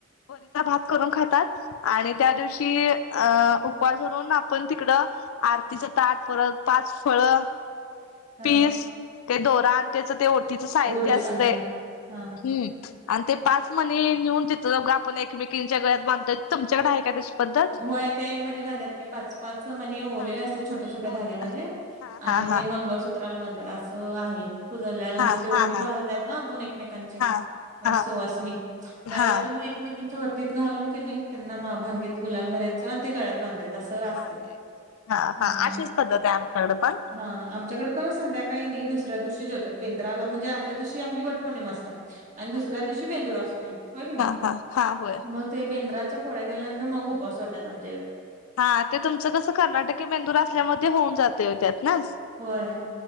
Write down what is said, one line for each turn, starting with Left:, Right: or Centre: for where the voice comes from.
Left: वरीचा भात करून खातात. आणि त्या दिवशी अ उपास धरून आपण तिकडं आरतीचं ताट, परत पाच फळं,
Right: हा
Left: पीस, ते दोरा आणी त्याच ते ओटीचं साहित्य
Right: ओटी
Left: असतयं.
Right: समान हा.
Left: हुं.. आणि ते पाच मणी नेऊन तिथं बघा आपण एकमेकींच्या गळ्यात बांधतोय तुमच्याकडं आहे काय तशी पद्धत?
Right: होय ते मणी बांधात्यात की पाच. पाच मणी ओवलेले
Left: हा
Right: असत्यात छोट्या -छोट्या धाग्यांमध्ये
Left: ओलेला हा
Right: आणि
Left: हा
Right: ते
Left: हा
Right: मंगळसु त्राला बांधत्यात असं आहे पुजल्यानंतर
Left: हा
Right: ते ओटी
Left: हा हा
Right: बहत्यात ना आपण एकमेकांची
Left: हा
Right: ह
Left: हा
Right: सुवासनी त्या
Left: हा
Right: वेळेला तर मग एकमेकीची व टीत घालून कनई त्यांना भांगेत गुलाल भरायचं आणि ते गळ्यात बांधायचं. अस असतयं.
Left: बांधायचं
Right: हा..
Left: अशीच पद्धत आहे आमच्याकडे पण
Right: हा.. आमच्याकड पण संध्याकाळी नाही दुसऱ्या दिवशी जेवतात बेंद्राला म्हणजे आदल्या दिवशी आपली वटपोर्णिमा असत्या आणि दुसऱ्या
Left: हा
Right: दिवशी बेंदूर असतोय होय की नाही
Left: हा हा हा होय
Right: मग ते बेंद्राच्या पोळ्या केल्यानंतर मग उ उपवास सोडत्यात आमच्याईकडं.
Left: हा ते तुमचं कसं कर्नाटकी बेंदुर असल्यामुळं होऊन जातयं हो त्यातनच.
Right: होय.